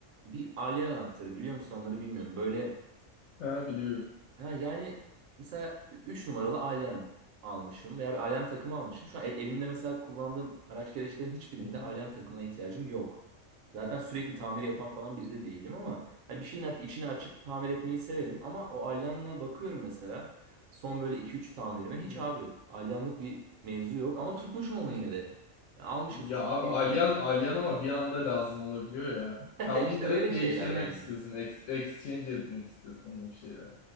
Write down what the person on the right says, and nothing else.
Bir alien anahtarı biliyor musun onları bilmiyorum. Böyle
Ha, yani mesela 3 numaralı Alyan almışım veya bir Alyan takımı almışım. Şu an ev- evimde mesela kullandığım araç gereçlerin hiçbirinde
Alyan takımına ihtiyacım yok. Zaten sürekli
tamir yapan falan biri de değilim ama ha, bir şeyin aç- içini açıp tamir etmeyi severim. Ama o Alyan'la bakıyorum mesela son böyle iki üç tamirime hiç
abi Alyanlık bir mevzu yok ama tutmuşum onu
yine de. Yani Almışım
sonuçta
atayım
mı diye.
<laughs>
İşte
öyle şeyler
yani.